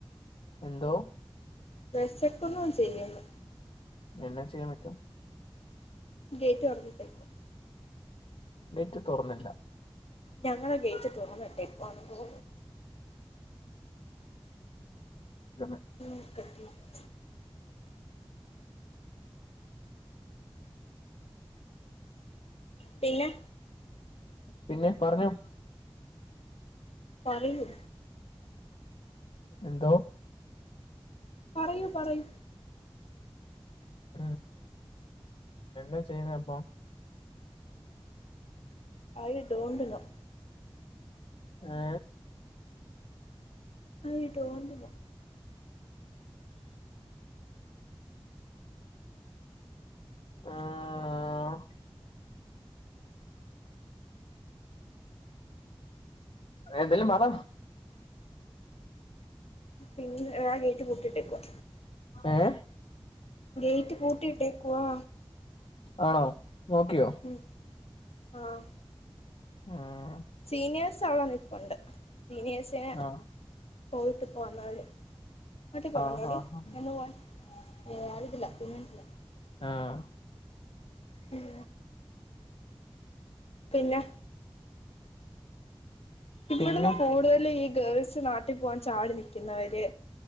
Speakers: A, on the left; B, on the left.
A: എന്തോ?
B: വിശക്കുന്നു ചെയ്യുന്നു
A: എന്നാ ചെയ്യാൻ പറ്റും?
B: ഗേറ്റ് തൊറന്നിട്ടുക്കാ
A: ഗെറ്റ് തുറന്നില്ല.
B: ഞങ്ങളെ ഗേറ്റ് തുറന്നിട്ടേക്ക പോ
A: തന്നെ
B: <unintelligible> പിന്നെ
A: പിന്നെ പറഞ്ഞോ.
B: പറിയു
A: എന്തോ?
B: പറയൂ പറയൂ.
A: ഉം എന്താ ചെയ്യുന്ന പ്പൊ?
B: I don't know.
A: ഏ
B: ഐ ഡോണ്ട് നോ.
A: ആഹ് എന്തെല്ല പറ
B: പിന്നെ ഇടെ ഗേറ്റ് പൂട്ടിട്ടേക്കുവ
A: ഏഹ്
B: ഗെയിറ്റ് പൂട്ടിട്ടേക്കുവാ
A: ആണോ നോക്കിയോ
B: ഉം ആഹ്
A: ആഹ്
B: സീനിയേഴസ് അവിടെ നിപ്പുണ്ട് സീനിയേഴ്സിനേ
A: ആഹ്
B: പോയിട്ട് പോന്നര് മാട്ടി പോകണ്ടോടി
A: ആഹ് ആഹ്
B: എന്ന പോവാ ഏ അറിയത്തില്ല തീരുമാനിച്ചില്ല
A: ആഹ്
B: ഉം പിന്നെ ഇവിടുന്ന്
A: പിന്നെ
B: കൂടുതലും ഈ ഗേൾസ് നാട്ടിൽ പോകാൻ ചാടി നിൽക്കുന്നവര്